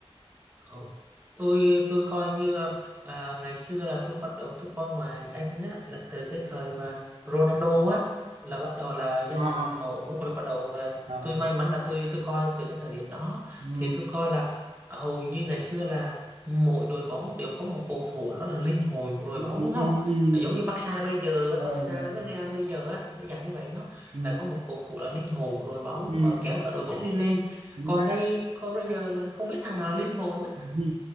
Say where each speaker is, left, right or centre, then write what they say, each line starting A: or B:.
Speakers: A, on the right (about 15°); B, on the right (about 65°).
A: Ồ, tôi tôi coi như à, ngày xưa là tôi bắt đầu tôi coi ngoại hạng Anh á, là từ cái thời mà Ronaldo á là bắt đầu là gia
B: À,
A: nhập em U rồi bắt đầu là
B: à,
A: tôi
B: rồi.
A: may mắn là tôi tôi coi từ cái thời điểm đó
B: Ừ,
A: thì tôi coi là hầu như ngày xưa là mỗi đội bóng đều có một cầu thủ đó là linh hồn của đội
B: ừ,
A: bóng
B: ừ,
A: đúng không
B: ừ.
A: là giống như Barca bây giờ á,
B: Rồi,
A: Barca
B: rồi.
A: với Real bây giờ á để dạng như vậy đó
B: Ừ,
A: là có một cầu thủ là linh hồn của đội bóng
B: ừ,
A: và kéo cả đội bóng đi lên
B: chính
A: còn
B: xác.
A: đây coi bây giờ là không biết thằng nào là linh hồn á.
B: Ừ,